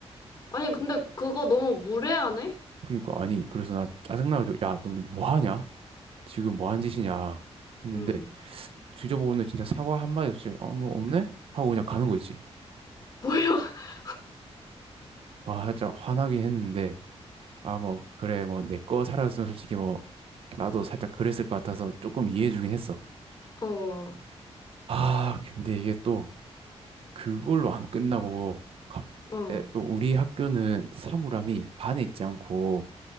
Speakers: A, on the left; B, on the right.
A: 아니, 근데 그거 너무 무례하네?
B: 그러니까 아니 그래서 나 짜증나가지고 야 너는 뭐 하냐? 지금 뭐 한 짓이냐? 했는데
A: 음.
B: 뒤져보고는 진짜 사과 한마디 없이 어 뭐 없네? 하고 그냥 가는 거 있지.
A: 뭐야? <laughs>
B: 와 살짝 화나긴 했는데 아 뭐 그래 뭐 내 거 사라졌으면 솔직히 뭐 나도 살짝 그랬을 것 같아서 조금 이해해주긴 했어.
A: 어,
B: 아, 근데 이게 또 그걸로 안 끝나고 갑-
A: 어.
B: 에, 또 우리 학교는 사물함이 반에 있지 않고